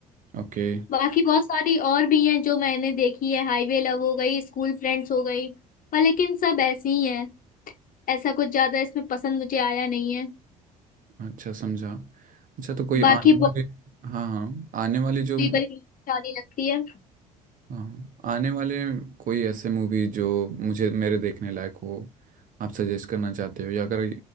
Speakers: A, on the right; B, on the left.
A: ओके
B: बाकी बहुत सारी और भी हैं जो मैंने देखी है हाईवे लव हो गई स्कूल फ्रेंड्स हो गई पर लेकिन सब ऐसी ही हैं ऐसा कुछ ज्यादा इसमें पसंद मुझे आया नहीं है
A: अच्छा समझा अच्छा तो कोई आने
B: बाकी बॉबी
A: वाले हाँ हाँ आने वाली जो
B: बड़ी सारी लगती है
A: हाँ आने वाले कोई ऐसे मूवी जो मुझे मेरे देखने लायक हो आप सजेस्ट करना चाहते हो या अगर